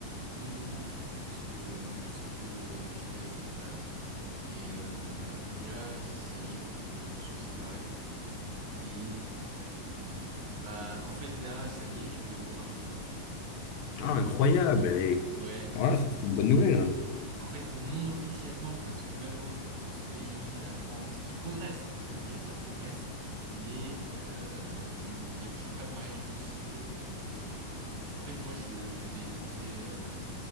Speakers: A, on the right (about 60°); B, on the left (about 80°).
A: vraiment de doute, parce que tu sais que bah, j'étais avec ma femme et, euh, et là, ça y est, je m'en suis séparé. Et euh, bah, en fait là, ça y est, je vais me remarier. Euh,
B: Ah, incroyable. Et
A: ouais,
B: voilà, ça, c'est une bonne nouvelle.
A: En fait, non officiellement, parce que malheureusement, dans ce pays qui est la France, qui progresse, hein, il faut le dire, ça progresse, mais euh, il n'y a toujours pas de mariage possible. Enfin, en fait, moi, je, je vais épouser euh,